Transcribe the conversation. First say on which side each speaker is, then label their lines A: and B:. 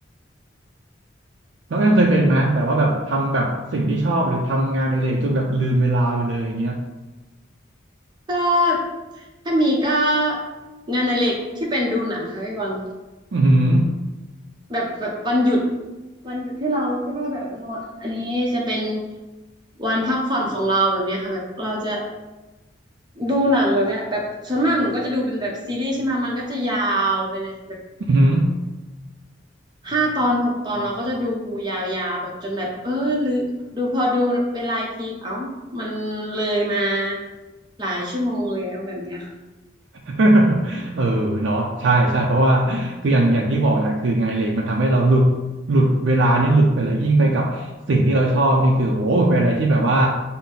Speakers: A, on the right (about 75°); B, on the right (about 25°).
A: น้องแอมเคยเป็นไหมแบบว่าแบบทำแบบสิ่งที่ชอบหรือทำงานในเดเลกจนแบบลืมเวลาไปเลยอย่างเงี้ย
B: ก็ถ้ามีก็งานอดิเรกที่เป็นดูหนังค่ะพี่บอล
A: อือหือ
B: แบบแบบวันหยุดวันหยุดที่เราคิดว่าแบบเอออันนี้จะเป็นวันพักผ่อนของเราแบบเนี้ยค่ะแบบเราจะดูหนังแบบเนี้ยแบบส่วนมากหนูก็จะดูเป็นแบบซีรีส์ใช่ไหมมันก็จะยาวไปเลย
A: อือหือ
B: ห้าตอนหกตอนเราก็จะดูยาวๆแบบจนแบบเออหรือดูพอดูเวลาอีกทีเอ้ามันเลยมาหลายชั่วโมงแล้วแบบเนี้ยค่ะ
A: <laughs> เออเนาะใช่ใช่เพราะว่าคืออย่างอย่างที่บอกแหละคืองานอดิเล็กมันทำให้เราหลุดหลุดเวลานี่หลุดไปเลยยิ่งไปกับสิ่งที่เราชอบนี่คือโอ้โหเป็นอะไรที่แบบว่า